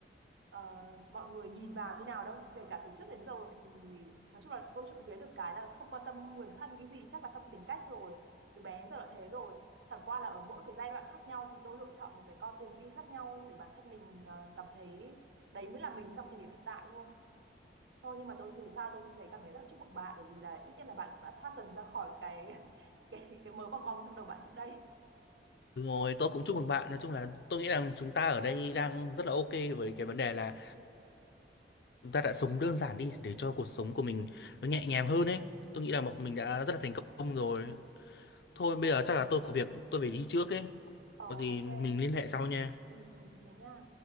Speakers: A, on the right; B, on the left.
A: ờ, mọi người nhìn vào như nào đâu kể cả từ trước đến giờ thì nói chung là tôi trộm vía được cái là không quan tâm người khác nghĩ gì chắc là trong tính cách rồi từ bé đến giờ là thế rồi chẳng qua là ở mỗi cái giai đoạn khác nhau thì tôi lựa chọn một cái con đường đi khác nhau để bản thân mình ờ, cảm thấy đấy mới là mình trong thời điểm hiện tại thôi Thôi nhưng mà tôi dù sao tôi cũng thấy cảm thấy rất là chúc mừng bạn bởi vì là ít nhất là bạn cũng đã thoát dần ra khỏi cái <laughs> cái cái mớ bong bong trong đầu bạn trước đây.
B: Đúng rồi tôi cũng chúc mừng bạn nói chung là tôi nghĩ rằng chúng ta ở đây đang rất là ok với cái vấn đề là chúng ta đã sống đơn giản đi để cho cuộc sống của mình nó nhẹ nhàng hơn ấy tôi nghĩ là bọn mình đã rất là thành công rồi thôi bây giờ chắc là tôi có việc tôi phải đi trước ấy
A: Ờ
B: có gì
A: ok.
B: mình liên hệ sau nha
A: Ừ, ừ, thế nha.